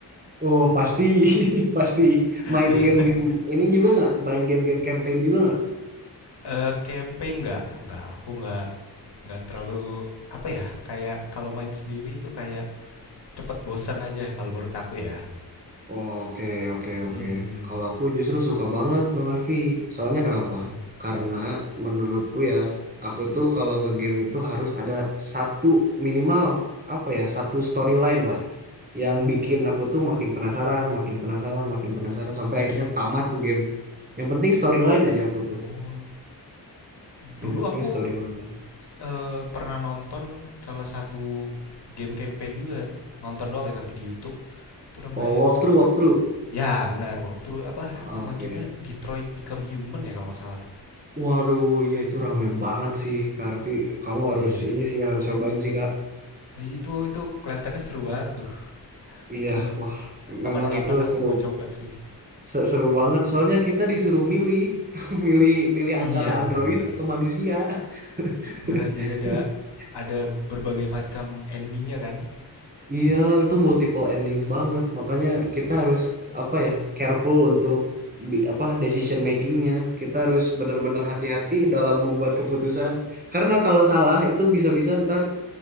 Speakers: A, on the right (about 20°); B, on the left (about 80°).
A: Oh pasti <laughs> pasti
B: <laughs>
A: main game-game ini juga nggak main game-game campaign juga nggak
B: Eh, campaign nggak? Nggak, aku nggak nggak terlalu apa ya? Kayak kalau main sendiri tuh kayak cepet bosan aja kalau menurut aku ya.
A: oke oke oke
B: hmm
A: kalau aku justru suka banget Bang Arfi soalnya kenapa
B: mm
A: karena menurutku ya aku tuh kalau ngegame itu harus ada satu minimal apa ya satu storyline lah yang bikin
B: Hmm.
A: aku tuh makin penasaran makin penasaran makin penasaran sampai akhirnya tamat tuh game yang penting storyline aja aku tuh
B: Oh, Dulu
A: yang penting
B: aku
A: storyline
B: eh, pernah nonton salah satu game campaign juga. Nonton doang ya tapi di YouTube. Itu namanya
A: oh walkthrough walkthrough
B: ya benar walkthrough apa
A: oke
B: nama gamenya Detroit Become Human ya kalau nggak salah.
A: Waduh, ya itu rame banget sih, Kak Arfi. Kamu
B: Iya,
A: harus
B: iya.
A: ini sih, harus cobain sih, Kak.
B: Iya, itu itu kelihatannya seru banget tuh.
A: Iya,
B: Mungkin
A: wah,
B: kapan-kapan
A: memang itu
B: aku
A: seru,
B: mau coba sih.
A: se- seru banget. Soalnya kita disuruh milih, <laughs> milih, milih antara
B: Iya
A: android
B: benar-benar.
A: atau manusia. <laughs>
B: Benar jadi ada ada berbagai macam endingnya kan.
A: Iya, itu multiple endings banget. Makanya kita harus apa ya, careful untuk bi- apa decision makingnya. Kita harus benar-benar hati-hati dalam membuat keputusan. Karena kalau salah itu bisa-bisa ntar